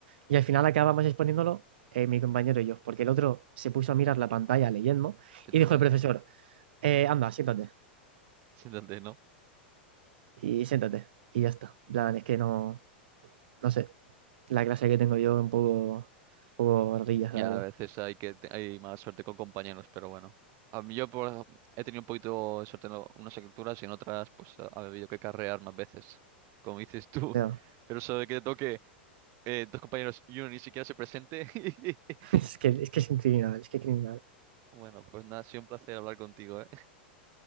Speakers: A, on the right; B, on the right.
A: Y al final acabamos exponiéndolo eh, mi compañero y yo, porque el otro se puso a mirar la pantalla leyendo
B: Qué
A: y
B: troleada.
A: dijo el profesor, "Eh, anda, siéntate
B: Siéntate, <laughs> ¿no?
A: y siéntate. Y ya está. En plan, es que no, no sé, la clase que tengo yo es un poco, un poco rillas,
B: Ya,
A: la verdad.
B: a veces hay que te- hay mala suerte con compañeros, pero bueno. A mí yo por, ej- he tenido un poquito de suerte en lo- unas capturas y en otras pues ha ha habido que carrear más veces, como dices tú.
A: No,
B: <laughs> Pero eso de que te toque eh, dos compañeros y uno ni siquiera se presente. <laughs>
A: <laughs> es que, es que es un criminal, es que criminal.
B: Bueno, pues nada, ha sido un placer hablar contigo, ¿eh? <laughs>